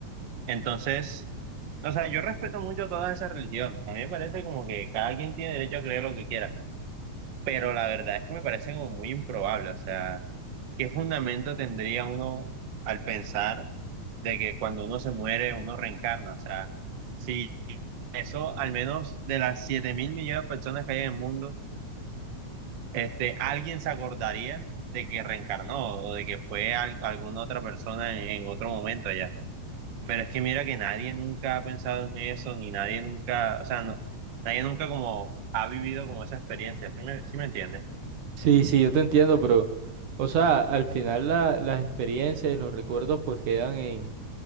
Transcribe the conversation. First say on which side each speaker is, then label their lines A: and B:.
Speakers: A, on the right; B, on the right.
A: Entonces, o sea, yo respeto mucho todas esas religiones. A mí me parece como que cada quien tiene derecho a creer lo que quiera, pero la verdad es que me parece como muy improbable. O sea, ¿qué fundamento tendría uno al pensar de que cuando uno se muere, uno reencarna? O sea, si eso al menos de las siete mil millones de personas que hay en el mundo, este, alguien se acordaría de que reencarnó o de que fue al- alguna otra persona en, en otro momento ya. Pero es que mira que nadie nunca ha pensado en eso, ni nadie nunca, o sea, no- nadie nunca como ha vivido como esa experiencia, ¿sí me, sí me entiendes?
B: Sí, sí, yo te entiendo, pero o sea, al final la- las experiencias y los recuerdos pues quedan en,